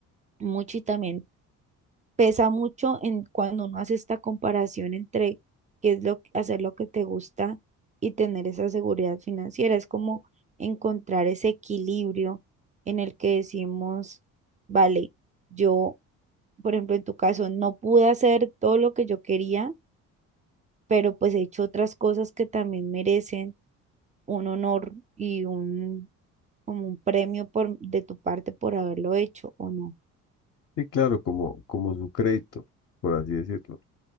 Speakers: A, on the right; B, on the left.
A: mucho y también pesa mucho en cuando uno hace esta comparación entre qué es lo hacer lo que te gusta y tener esa seguridad financiera. Es como encontrar ese equilibrio en el que decimos, vale, yo, por ejemplo, en tu caso, no pude hacer todo lo que yo quería, pero pues he hecho otras cosas que también merecen un honor y un como un premio por de tu parte por haberlo hecho o no.
B: Sí, claro, como, como su crédito, por así decirlo.